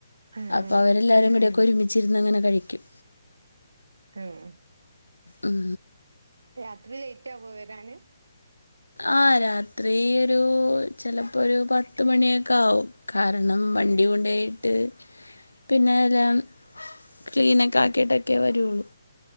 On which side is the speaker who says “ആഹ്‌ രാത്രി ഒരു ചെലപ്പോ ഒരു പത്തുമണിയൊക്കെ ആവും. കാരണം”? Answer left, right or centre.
Left